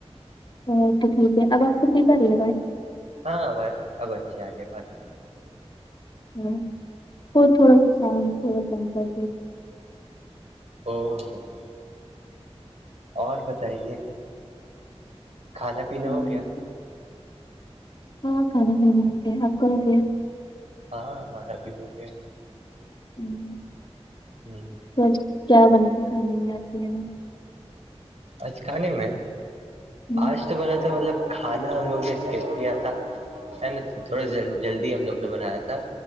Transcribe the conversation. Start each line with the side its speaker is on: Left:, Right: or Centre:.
Left: وہ تو ٹھیک ہے اب آپ کو ھ کرا رہی ہے بات
Right: ہاں بس ابچچھی آگے بس
Left: ہ تو تھوڑا سا ساؤنڈ تھڑا کم کر
Right: ا <unintelligible> اور بتائیے کھانا پینا
Left: ہم،
Right: ہو گیا
Left: ہاں کھانا پینا ہو گے آک ہو گ
Right: ہاں ہمارا بھی ہو گیا
Left: ہوں <inaudible>
Right: ہ <inaudible>
Left: تو آج کیا بنات تھا کھانے میں آپ کے ی
Right: آج کھانے میں
Left: ہم،
Right: آج تو بول تھا مطلب کھانا ہم لوگ نے اسکپ کیا تھا ہے نا تھوڑا جلدی ہم لوگ نے بنایا تھا